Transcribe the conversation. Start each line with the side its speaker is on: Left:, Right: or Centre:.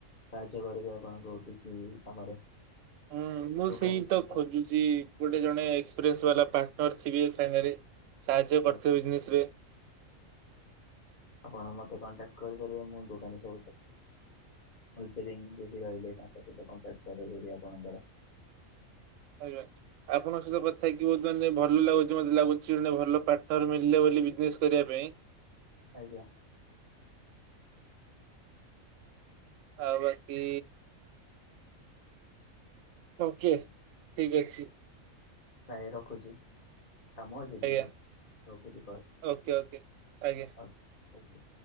Left: ସାହାଯ୍ୟ କରିବି ଆପଣଙ୍କୁ କିଛି କାମରେ।
Right: ହୁଁ ମୁଁ
Left: ଦୋକାନୀ
Right: ସେଇ
Left: ଚିହ୍ନା
Right: ତ ଖୋଜୁଛି ଗୋଟେ ଜଣେ ପାର୍ଟର ଥିବେ ସାଙ୍ଗେରେ ସାହାଯ୍ୟ
Left: ଆଜ୍ଞା
Right: କରୁଥିବେ।
Left: ଆପଣ ମତେ କଣ୍ଟାକ୍ଟ କରିପାରିବେ ମୁଁ ଦୋକାନୀ ସବୁ ହୋଲସେଲିଂ ଯଦି ରହିଲେ ତାଙ୍କ ସହିତ କଣ୍ଟାକ୍ଟ କରେଇଦେବି ଆପଣଙ୍କର।
Right: ଆଜ୍ଞା ଆପଣଙ୍କ ସହିତ କଥା ହେଇକିି ବହୁତ ଭଲ ଲାଗୁଛି ମତେ ଲାଗୁଛି ଭଲ ପାଠରେ ମିଳିଲେ ବୋଲି। ବିଜିନେସ କରିବା ପାଇଁ।
Left: ଆଜ୍ଞା।
Right: ଆଉ ବାକି ଓକେ ଠିକ୍ ଅଛି।
Left: ଭାଇ ରଖୁଛି। କାମ ଅଛି ଟିକେ
Right: ଆଜ୍ଞା
Left: ରଖୁଛି କଲ୍।
Right: ଓକେ ଓକେ ଆଜ୍ଞା।
Left: ଆଜ୍ଞା।